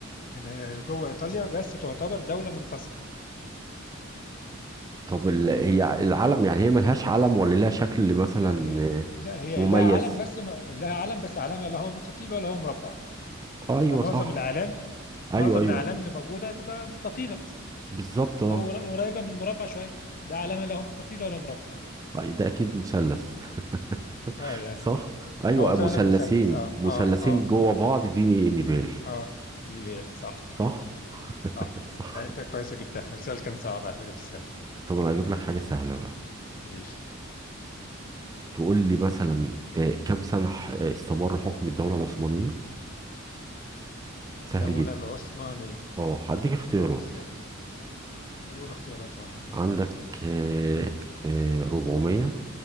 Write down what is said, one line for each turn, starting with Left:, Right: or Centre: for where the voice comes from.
Left: يعني هي جوه إيطاليا بس تعتبر دولة منفصلة
Right: طب ال... هي العلم يعني هي ملهاش علم ولا لها شكل مثلا
Left: لا هي
Right: آه،
Left: لا هي
Right: مميز
Left: لها علم بس ما- لها علم بس علمها لا هو مستطيل ولا هو مربع
Right: ايوه
Left: انا معظم
Right: صح
Left: الاعلام
Right: ايوه
Left: معظم
Right: ايوه
Left: الاعلام اللي موجوده تبقى مستطيله
Right: بالظبط اه
Left: او قر- قريبه من مربع شويه ده علمها لا هو مستطيل ولا مربع
Right: ده اكيد مثلث <laughs>
Left: اه يعني
Right: صح ايوه
Left: هو فعلا
Right: مثلثين
Left: مثلث اه
Right: مثلثين
Left: اه اه
Right: جوه بعض دي نبال
Left: اه نيبال صح
Right: صح
Left: صح
Right: <laughs> صح
Left: لا انت كويس جبتها السؤال كان صعب على فكره مش سهل
Right: طب انا هجيب لك حاجه سهله بقى
Left: ماشي
Right: تقول لي مثلا آه، كم سنه ح- آه، استمر حكم الدوله العثمانيه
Left: الدوله
Right: سهل جدا
Left: العثمانيه
Right: اه هديك اختيارات
Left: لا مش سهل قول اختيارات ولا نقول؟
Right: عندك
Left: قول
Right: آه، آه، 400